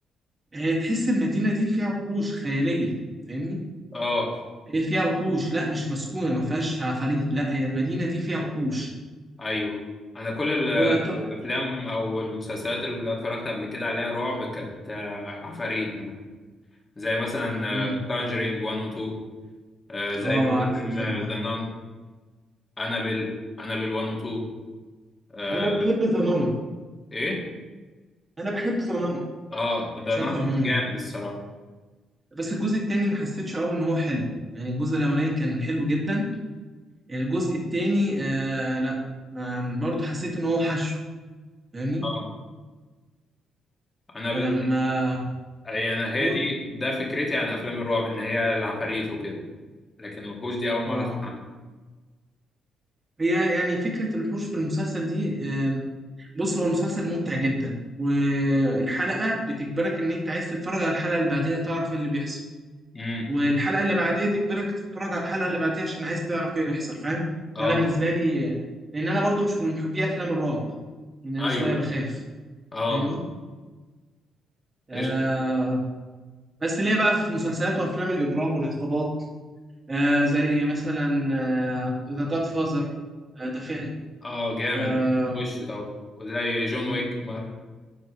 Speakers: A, on the right (about 25°); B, on the left (about 25°).
A: آه تحس المدينة دي فيها وحوش خيالية فاهمني
B: اه
A: هي فيها وحوش لا مش مسكونة ما فيهاش عفاريت لا هي المدينة دي فيها وحوش
B: ايوه انا كل ال-
A: وط...
B: الافلام او المسلسلات اللي اتفرجت قبل كده عليها رعب كانت آه، عفاريت م- زي مثلا
A: مم.
B: كونجرينج 1 و 2 آه، زي
A: اه
B: برضو
A: عارف
B: فيلم
A: الفيلم ده
B: ذا نان انابيل انابيل 1 و 2 آه،
A: انا بحب ذا
B: ايه
A: انا بحب ظنن
B: اه ذا
A: بشكل
B: نان
A: عمومي
B: جامد الصراحه
A: بس الجزء التاني ما حسيتش قوي ان هو حلو يعني الجزء الاولاني كان حلو جدا الجزء التاني آه لا ما- برضه حسيت ان هو حشو فاهمني
B: اه انا
A: لما
B: بال... يعني هي
A: تقول
B: دي ده فكرتي عن افلام الرعب ان هي العفاريت وكده لكن الوحوش دي اول مره
A: اه
B: اسمع عنها
A: هي يعني فكرة الحوش في المسلسل دي آه بص هو المسلسل ممتع جدا والحلقة بتجبرك ان انت عايز تتفرج على الحلقة اللي بعديها تعرف ايه اللي بيحصل
B: امم
A: والحلقه اللي بعديها تجبرك تتفرج على الحلقه اللي بعديها عشان عايز تعرف ايه اللي يحصل فاهم
B: اه
A: انا بالنسبه لي لان انا برضو مش من محبي افلام الرعب لان انا
B: ايوه
A: شويه بخاف
B: اه
A: فاهمني آه
B: قشطه
A: بس ليه بقى في مسلسلات وافلام الاجرام والعصابات آه زي مثلا ذا جاد فازر ده فيلم
B: اه جامد
A: آه
B: وش طبعا وزي جون
A: م،
B: ويك مر